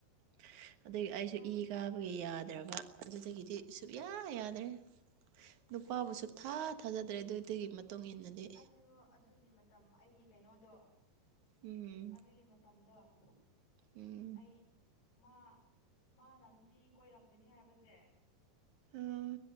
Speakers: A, on the right (about 60°); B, on the left (about 60°).
A: <unintelligible> ꯑꯗꯨ ꯑꯩꯁꯨ
B: ꯇꯧꯕꯅꯦ
A: ꯏ ꯀꯥꯕꯒꯤ ꯌꯥꯗ꯭ꯔꯕ ꯑꯗꯨꯗꯒꯤꯗꯤ ꯁꯨꯛꯌꯥ ꯌꯥꯗ꯭ꯔꯦ ꯅꯨꯄꯥꯕꯨ
B: ꯑꯩꯁꯨ
A: ꯁꯨꯞ ꯊꯥ ꯊꯥꯖꯗ꯭ꯔꯦ ꯑꯗꯨꯗꯒꯤ ꯃꯇꯨꯡ ꯏꯟꯅꯗꯤ
B: ꯑꯩꯁꯨ ꯑꯗꯨꯒꯤ ꯃꯇꯝ ꯑꯩꯒꯤ ꯀꯩꯅꯣꯗꯣ
A: ꯎꯝ
B: ꯑꯗꯨꯒꯤ ꯃꯇꯝꯗꯣ <unintelligible>
A: ꯎꯝ
B: ꯑꯩ ꯃꯥ ꯃꯥꯅ ꯅꯨꯄꯤ ꯀꯣꯏꯔꯝꯒꯅꯤ ꯍꯥꯏꯕꯁꯦ
A: ꯑꯥ